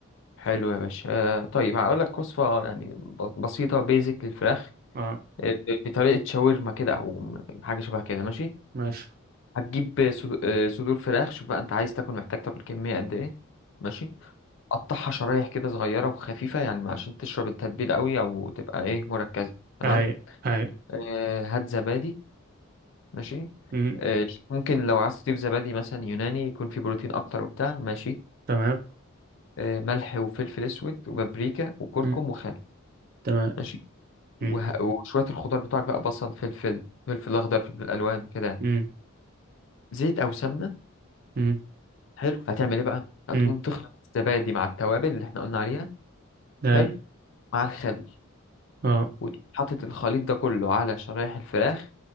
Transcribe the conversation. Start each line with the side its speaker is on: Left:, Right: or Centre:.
Left: حلو يا باشا آه طيب هقول لك وصفه يعني ب- بسيطه بيزك للفراخ
Right: اه
Left: آه، ب- بطريقه شاورما كده او حاجه شبه كده ماشي
Right: ماشي
Left: هتجيب صد- آه، صدور فراخ شوف بقى انت عايز تاكل محتاج تاكل كميه قد ايه ماشي قطعها شرايح كده صغيره وخفيفه يعني عشان تشرب التتبيله قوي او تبقى ايه مركزه تمام
Right: هاي هاي
Left: آه، هات زبادي ماشي
Right: مم.
Left: آه، ممكن لو عايز تضيف زبادي مثلا يوناني يكون فيه بروتين اكتر وبتاع ماشي
Right: تمام
Left: آه، ملح وفلفل اسود وبابريكا وكركم
Right: مم.
Left: وخل
Right: تمام
Left: ماشي وه-
Right: مم.
Left: وشويه الخضار بتوعك بقى بصل فلفل فلفل اخضر فلفل الوان كده يعني.
Right: مم.
Left: زيت او سمنه
Right: مم.
Left: حلو هتعمل ايه بقى هتقوم
Right: مم.
Left: تخلط الزبادي مع التوابل اللي احنا قلنا عليها
Right: هاي
Left: حلو مع الخل
Right: اه
Left: وحاطط الخليط ده كله على شرايح الفراخ